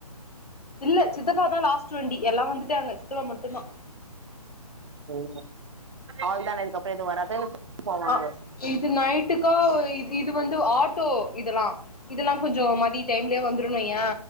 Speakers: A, on the left; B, on the right.
A: இல்ல சி த்தப்பாதா லாஸ்ட்டு வண்டி எல்லா வந்துட்டாங்க சித்தப்பா மட்டுந்தா
B: ஓ அவ்ள்தானா இதுக்கப்றோ எது வராத இல்ல <inaudible> போவாங்க
A: ஆ
B: ஸ்
A: இது நைட்டுக்கா இ இது வந்து ஆட்டோ இதல்லா இதல்லா கொஞ்சோ மதிய டைம்லயே வந்துருன் வையே